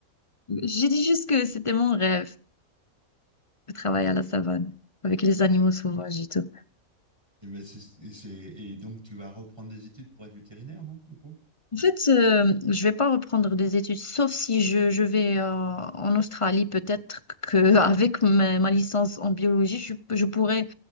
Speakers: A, on the left (about 30°); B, on the right (about 15°).
A: J'ai dit juste que c'était mon rêve de travailler à la savane avec les animaux sauvages et tout.
B: Et, ben, c'est, c'est- et donc, tu vas reprendre des études pour être vétérinaire, non, du coup?
A: En fait, euh, je vais pas reprendre des études, sauf si je, je vais euh, en Australie, peut-être qu'avec <laughs> ma, ma licence en biologie, je, je pourrais